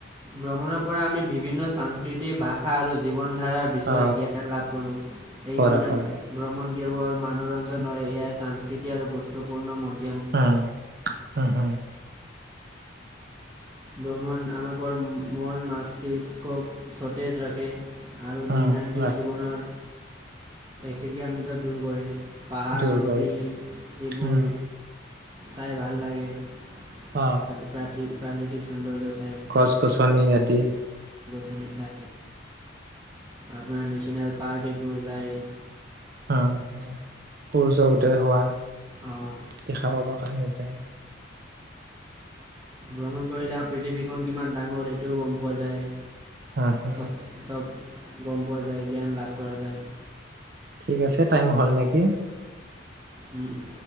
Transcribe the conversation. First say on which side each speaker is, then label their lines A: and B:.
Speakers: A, on the right; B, on the right.
A: ভ্ৰমণৰ পৰা আমি বিভিন্ন সংস্কৃতি ভাষা আৰু জীৱ। জীৱন ধাৰাৰ বিষয়ে
B: অ
A: জ্ঞান লাভ কৰোঁ। এইকাৰণে
B: কৰা কৰা
A: ভ্ৰমণ। কেৱল মনোৰঞ্জন হয় এয়াইাসকৃতি আৰু গুৰুত্বপূৰ্ণ মন।
B: হ, হ, হ।
A: ভ্ৰমণ আমাক। মন মস্তিষ্কক সতেজ ৰাখে। আৰু দৈনন্দিন
B: উম ৰাখি
A: জীৱনৰ। একেগে আমিত দূৰ কৰে। পাহাৰ
B: দূৰ
A: নদী
B: কৰে
A: এইবোৰ।
B: উম
A: চাই ভাল লাগে। প্ৰতি
B: অ
A: প্ৰাকৃতিক সৌন্দৰ্য চাই
B: গছ গছনি আদি
A: চনি চাৰ আপোনাৰ নেশচনেল পাৰ্ক এইবোৰ যায়,
B: হ সূৰ্য উদয় হোৱা
A: অঁ,
B: দেখা পাবৰ কাৰণে ত
A: ভ্ৰমণ কৰিলে পৃথিৱীখন কিমান ডাঙৰ এইটোও গম পোৱা যায়
B: হা হা
A: স চ গম পোৱা যায় জ্ঞান লাভ কৰা যায়
B: ঠিক আছে টাইম হ'ল নেকি?
A: উম উম।